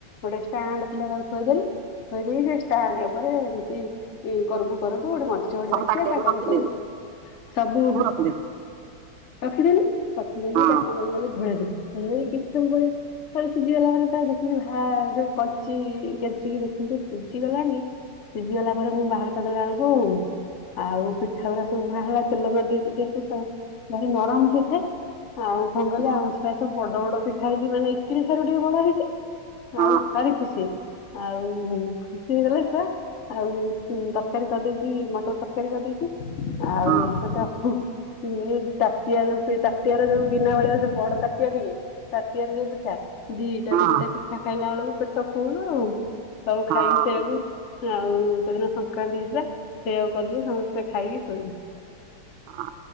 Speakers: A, on the left; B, on the right.
A: ଗୋଟେ ଷ୍ଟାଣ୍ଡ ଥିଲା ତାକୁ ଥୋଇଦେଲି ଥୋଇ ଦେଇକି ସେ ଷ୍ଟାଣ୍ଡ ଉପରେ ଏମିତି କରୁକୁ କରୁକୁ ଗୋଟେ ମଝି ଯୋଡେ
B: ସବୁ
A: ତାଟିଆ
B: ତାଟିଆକୁ
A: ତା କରୁକୁ
B: ରଖିଦେଲୁ
A: କରୁକୁ ସବୁ
B: <unintelligible>
A: ରଖିଦେଲି ରଖିଦେଇକି
B: ହଁ
A: ତାକୁ କଣ କଲି ଘୋଡ଼େଇ ଦେଲି ଘୋଡେଇ ଦେଇକି କିଛି ସମୟ ଯାଇଛି ଥରେ ସିଝିଗଲା ପରେ ତା ଦେଖିଲି ଭା ଯୋଉ କଞ୍ଚି କେଞ୍ଚିକି ଦେଖିଲି ଯେ ସିଝିଗଲାଣି ସିଝି ଗଲା ପରେ ମୁଁ ବାହାର କରିଦେଲା ବେଳକୁ ଆଉ ପିଠା ଉରା ସବୁ ବାହାରିଲା ତେଲ କରି ଦେଇେଚି ଯେହେତୁ ସ ଭାରି ନରମ ହେଇଥାଏ। ଆଉ କଣ କହିଲ ଆମ ଛୁଆ ସବୁ ବଡ ବଡ ପିଠା ହେଇଛି ମାନେ ଇଟିଲି ଠାରୁ ଟିକେ ବଡ ହେଇଛି
B: ହଁ
A: ଆଉ ଭାରି ଖୁସି ଆଉ ଖୁସି ହେଇଗଲେ ଛୁଆ ଆଉ ତରକାରୀ କରିଦେଇଚି ମଟର ତରକାରୀ କରିଦେଇଚି ଆଉ
B: ହଁ
A: ସେଟା ସୁ <unintelligible> ତାଟିଆ ଯୋଉ ତାଟିଆର ଯୋଉ ଗିନା ଭଳିଆ ବଡ ତାଟିଆ ଟିକେ ତାଟିଆ ରେ ଯୋଉ ପିଠା ଦିଟା
B: ହଁ
A: ତିନିଟା ପିଠା ଖାଇଲା ବେଳକୁ ପେଟ ଫୁଲୁ ଆଉ ସବୁ
B: ହଁ
A: ଖାଇକି ସେଇଆକୁ ଆଉ ସେଦିନ ସଂକ୍ରାନ୍ତି ହେଇଥିଲା ସେଇଆକୁ କରିଦେଲି ସମସ୍ତେ ଖାଇକି ଶୋଇଲୁ।
B: ହଁ